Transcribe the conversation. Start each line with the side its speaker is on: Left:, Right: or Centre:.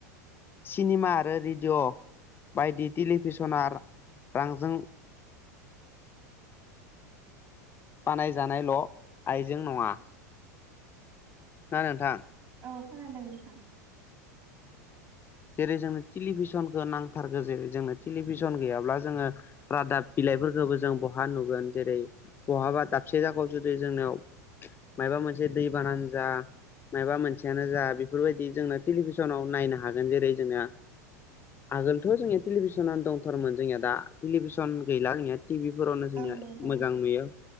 Left: सिनेमा आरो रेडिय' बायदि टेलिभिसना रांजों बानायजानायल' आइजें नङा। ना नोंथां।
Right: औ खोनादों नोंथां।
Left: जेरै जोंनो टेलिभिसनखौ नांथारगो जेरै जोंनो टेलिभिसन गैयाब्ला जोङो रादाब बिलाइफोरखौबो जों बहा नुगोन जेरै बहाबा दाबसे जाखायाव जुदि जोंनियाव मायबा मोनसे दै बानानो जा माबा मोनसेयानो जा बेफोरबायदि जोंना टेलिभिसनाव नायनो हागोन जेरै जोंना आगोलथ' जोंनिया टेलिभिसनानो दंथारमोन जोंनिया दा टेलिभिसन गैला <unintelligible> टिभि फोरावनो
Right: औ
Left: जोंनि
Right: नंगौ
Left: मोजां
Right: नोंथां
Left: नुयो